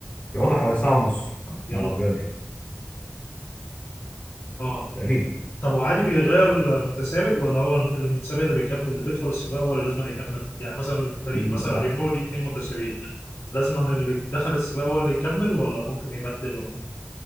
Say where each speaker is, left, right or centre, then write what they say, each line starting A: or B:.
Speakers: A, on the left (about 30°); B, on the left (about 55°).
A: يقعدوا حوالي ساعة ونص
B: يلا
A: مع العربيات دي
B: اه
A: تقريبا
B: طب وعادي بيتغير المتسابق ولا هو المتسابق اللي بيكمل اللي بيدخل السباق هو اللي لازم يكمل يعني مثلا الفريق
A: لا
B: مثلا رينو ليه اثنين متسابقين لازم اللي دخل السباق هو اللي يكمل ولا ممكن يبدله